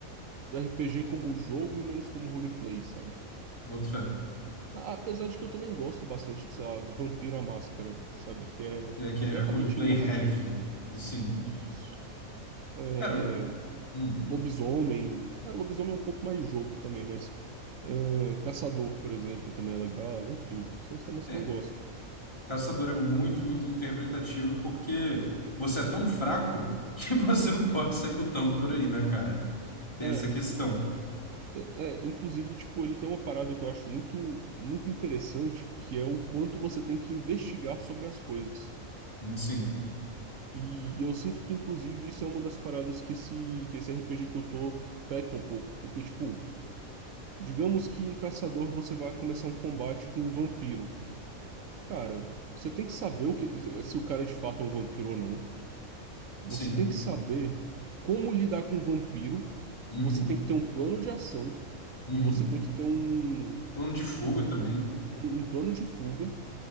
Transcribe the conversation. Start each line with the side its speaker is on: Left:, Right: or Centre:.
Right: do RPG como jogo e menos como roleplay, sabe?
Left: Boto fé.
Right: A- Apesar de que eu também gosto bastante de, sei lá, Vampiro à Máscara, sabe? Que é
Left: É, que
Right: completamente
Left: é roleplay
Right: narrativo.
Left: heavy. Sim.
Right: Isso. É,
Left: Cara, hum.
Right: Lobisomem. É, lobisomem é um pouco mais jogo também, mas. ah, Caçador, por exemplo, também é legal. Enfim, são os temas
Left: é,
Right: que eu gosto.
Left: Caçador é muito, muito interpretativo porque você é tão fraco que <laughs> você não pode sair lutando por aí, né, cara? Tem
Right: É,
Left: essa questão.
Right: e- é, é, inclusive, tipo, ele tem uma parada que eu acho muito, muito interessante, que é o quanto você tem que investigar sobre as coisas.
Left: Sim,
Right: E eu sinto que, inclusive, isso é uma das paradas que esse, que esse RPG que eu tô peca um pouco. Porque, tipo, digamos que em Caçador você vai começar um combate com um vampiro. Cara, você tem que saber o que, se o cara de fato é um vampiro ou não. Você
Left: sim.
Right: tem que saber como lidar com um vampiro,
Left: Uhum,
Right: você tem que ter um plano de ação,
Left: uhum.
Right: você tem que ter um, um,
Left: Plano de fuga também.
Right: um plano de fuga,